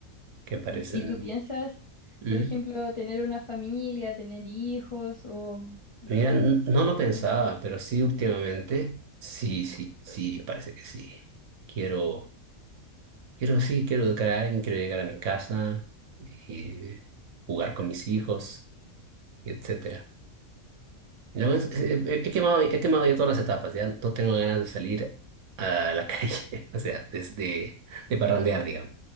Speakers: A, on the right; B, on the left.
A: Que aparecen.
B: ¿y, y tú piensas,
A: Mm.
B: por ejemplo, tener una familia, tener hijos o no,
A: Mira, n- no lo
B: no
A: pensaba,
B: son tus planes?
A: pero sí últimamente, sí, sí, sí, parece que sí. Quiero, quiero, sí, quiero educar a alguien, quiero llegar a mi casa y jugar con mis hijos, y etcétera. Lo es- es- he he quemado, he quemado ya todas las etapas, ya no tengo ganas de salir a la <laughs> calle, o sea, desde de parrandear, digamos,